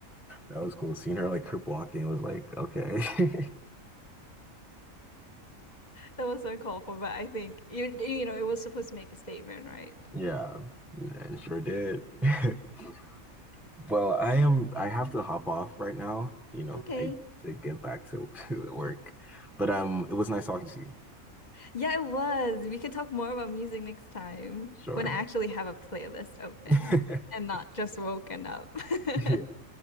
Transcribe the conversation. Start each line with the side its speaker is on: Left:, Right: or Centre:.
Centre: That was cool. Seeing her like crip walking was like, okay. <laughs>
Left: That was uncalled for, but I think you you know, it was supposed to make a statement, right?
Centre: Yeah, and sure did. <laughs> Well, I am I have to hop off right now, you know,
Left: Okay.
Centre: I to get back to, <laughs> to work. But um it was nice talking to you.
Left: Yeah, it was. We can talk more about music next time
Centre: Sure.
Left: when I actually have a playlist open
Centre: <laughs>
Left: and not just woken up. <laughs>
Centre: Yeah.